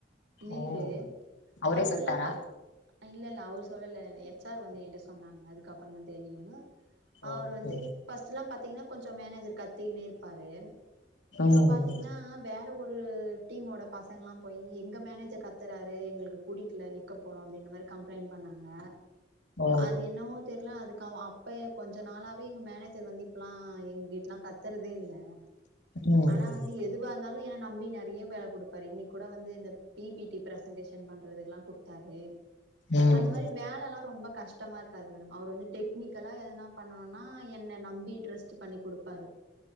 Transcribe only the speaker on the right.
லீவு
ஃபஸ்ட்லா
பாத் இல்லல்ல அவரு சொல்லல எச் ஆர் வந்து ஏன்ட்ட சொன்னாங்க அதுக்கப் பண்ண தெரியு அவரு
வந்து ஃபஸ்ட்ல்லா பாத்தீங்ன்னா கொஞ்சொ மேனேஜர் கத்திகின்னே இருப்பாரு இப்ப
பாத்தீங்ன்னா னா வேற ஒரு டீமோட பசங்கல்லா போயி எங்க மேனேஜர் கத்துறாரு எங்களுக்கு புடிக்ல நி க்க போறோ அப்டின்ற மாரி கம்ப்ளைண்ட் பண்ணாங்க
அது என்னவோ தெர்ல அதுக்கு அவோ அப்பயே கொஞ்ச நாளாவே எங்க மேனேஜ் ஜர் வந்து இப்பல்லா எங்ககிட்ல்லா கத்துறதே இல்ல
ஆனா வந்து எது எதுவா இருந்தாலு என நம்பி நெறைய வேல குடுப்பாரு இன்னக் கூட வந்து இந்த பி பி டி பிரசன்டேஷன் பண்றதெல்லா குடு தாரு
அந்த மாரி வேலல்லா ரொம்ப கஷ்டமா இருக்காது மேடம் அவரு வந்து டெக்னிக்கலா எதனா பண்ணனுனா என்ன நம்பி ட்ரஸ்ட்டு பண்ணி குடுப்பாரு